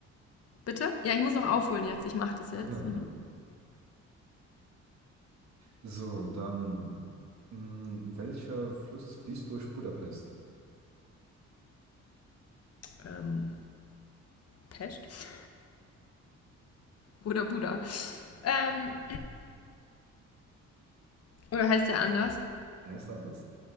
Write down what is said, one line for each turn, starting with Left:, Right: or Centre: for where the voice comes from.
Left: Bitte? Ja, ich muss noch aufholen jetzt. Ich mache das jetzt.
Right: Genau, genau.
Left: Mhm.
Right: So, dann. Mh, welcher Fluss fließt durch Budapest?
Left: Ähm, Pest? Oder Buddha? Ähm, oder heißt der anders?
Right: Er ist anders.